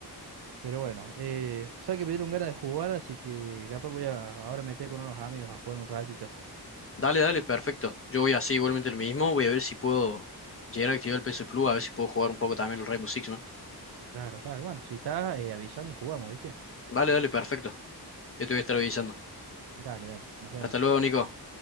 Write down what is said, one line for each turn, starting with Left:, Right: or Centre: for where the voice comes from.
Right: Pero bueno, eh, sabes que me dieron ganas de jugar, así que capaz voy a ahora meter con unos amigos a jugar un ratito.
Left: Dale, dale, perfecto. Yo voy así igualmente lo mismo. Voy a ver si puedo llegar a activar el PS Plus, a ver si puedo jugar un poco también el Rainbow Six, ¿no?
Right: Claro, claro. Bueno, si está, eh, avísame y jugamos, ¿viste?
Left: Dale, dale, perfecto. Yo te voy a estar avisando.
Right: Dale, dale. Nos vemos.
Left: Hasta luego, Nico.